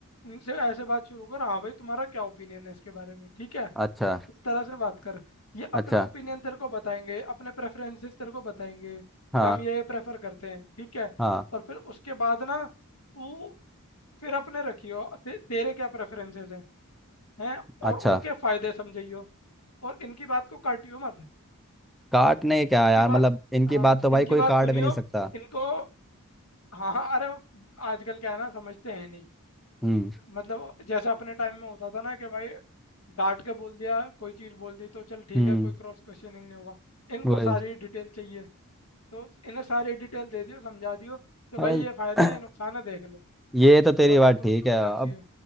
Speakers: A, on the left (about 80°); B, in the centre.
A: इनसे ऐसे बात शुरू कर हाँ भाई तुम्हारा क्या ओपिनियन है इसके बारे में ठीक है
B: अच्छा
A: इस तरह से बात कर ये अपने
B: अच्छा
A: ओपिनियन तेरे को बताएंगे अपने प्रेफरेंसेस तेरे को बताएंगे कि
B: हाँ
A: हम ये प्रेफर करते हैं ठीक है
B: हाँ
A: और फिर उसके बाद ना तू फिर अपने रखियो ते, तेरे क्या प्रेफरेंसेस हैं हैं
B: अच्छा
A: और उनके फायदे समझियो और इनकी बात को काटियो मत
B: काटने क्या
A: इनकी
B: यार
A: बात
B: मतलब इनकी
A: हाँ
B: बात तो भाई
A: इनकी
B: कोई
A: बात
B: काट
A: सुनियो
B: भी नहीं सकता
A: इनको हाँ हाँ अरे वो आजकल क्या है ना समझते हैं नहीं
B: हम्म
A: मतलब जैसे अपने टाइम में होता था ना कि भाई डांट के बोल दिया कोई चीज़ बोल दी तो चल ठीक
B: हम्म
A: है कोई क्रॉस क्वेश्चनिंग नहीं होगा इनको
B: वही
A: सारी डिटेल चाहिए तो इन्हें सारी डिटेल दे दियो समझा दियो कि
B: अरे
A: भाई ये फायदे
B: <clears throat>
A: हैं ये नुकसान है देख लो
B: ये तो तेरी
A: बताओ
B: बात
A: तुम
B: ठीक
A: तुम्हें
B: है
A: क्या चाहिए
B: अब